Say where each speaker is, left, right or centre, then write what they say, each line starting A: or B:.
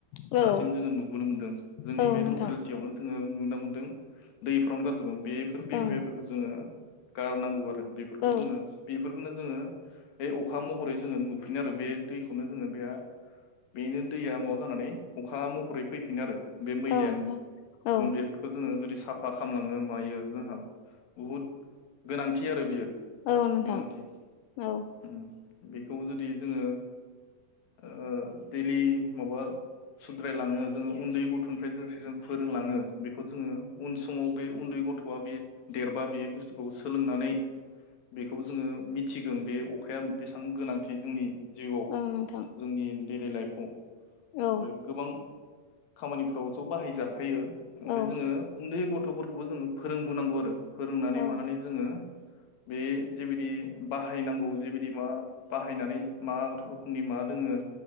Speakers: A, on the left (about 80°); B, on the left (about 55°).
A: औ
B: दासिम जोङो नुबोनो मोन्दों जोंनि
A: औ
B: बे
A: नोंथां
B: लकेलिटियावनो जोङो नुनो मोनदों दैफोरावनो गारजोबोमोन। बेफोर बेबहायफोरखौ
A: ओं
B: जोङो गारनांगौ आरो बेफोरखौ
A: औ
B: जोङो बेफोरखौनो जोङो बे अखा महरै जोङो नुफिनो आरो बे दैखौनो जोङो बे बेनो दैया माबा जानानै अखा महरै फैफिन आरो। बे मैलायानो
A: औ नोंथां औ
B: जों बेफोरखौ जोङो जुदि साफा खालामलाङो मायो जोंहा बहुद गोनांथि आरो बियो।
A: औ नोंथां
B: गोनांथि
A: औ।
B: उम बेखौ जुदि जोङो ओ डैलि माबा सुद्रायलाङो जोङो उन्दै गथ'निफ्राय जुदि जों फोरोंलाङो बेखौ जोङो उन समाव बे उन्दै गथ'आ बे देरबा बे बुस्थुखौ सोलोंनानै बेखौ जोङो मिथिगोन बे अखाया बेसेबां गोनांथि जोंनि जिउआव
A: औ नोंथां
B: जोंनि डेलि लाइफ <inaudible>
A: औ
B: ओमफ्राय गोबां खामानिफ्राव ज' बाहायजाखायो। ओमफ्राय
A: औ
B: जोङो उन्दै गथ गथ'फोरखौबो जोङो फोरोंबोनांगौ आरो फोरोंनानै
A: औ
B: मानानै जोङो बे जेबायदि बाहायनांगौ जेबायदि मा बाहायनानै मा रोखोमनि मा दोङो